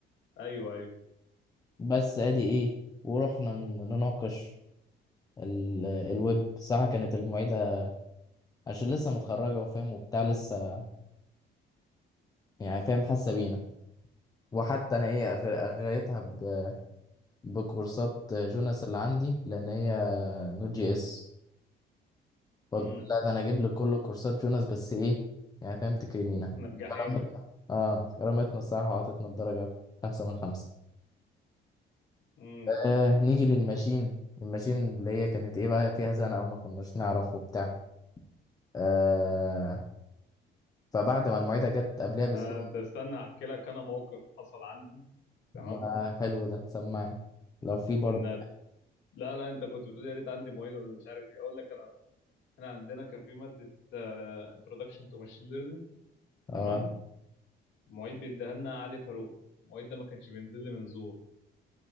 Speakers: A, on the left (about 75°); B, on the left (about 20°).
A: ايوه ايوه
B: بس ادي ايه ورحنا ن- نناقش ال- الويب صح كانت المعيدة عشان لسه متخرجة وفاهم وبتاع لسه يعني فاهم حاسة بينا وحتى أنا إيه أغر- أغريتها ب- بكورسات جوناس اللي عندي لأن هي نوت جي إس قلت
A: امم
B: لا ده أنا أجيب لك كل كورسات جوناس بس إيه يعني فاهم تكرمينا
A: نجحيني
B: كرمتنا آه كرمتنا الصراحة وعطتنا الدرجة خمسة من خمسة
A: امم
B: آه نيجي للماشين الماشين اللي هي كانت إيه بقى فيها زنقة وما كناش نعرف وبتاع آه فبعد ما المعيدة جت قبلها بأسبوع
A: آه ده استنى احكي لك انا موقف حصل عندي تمام
B: ما حلو ده سمعني لو في
A: كنا
B: برضه
A: لا لا انت كنت بتقول يا ريت عندي معيد ولا مش عارف ايه اقول لك انا احنا عندنا كان في ماده انتروداكشن تو ماشين ليرنينج
B: اه
A: تمام المعيد بيديها لنا علي فاروق المعيد ده ما كانش بينزل لي من زور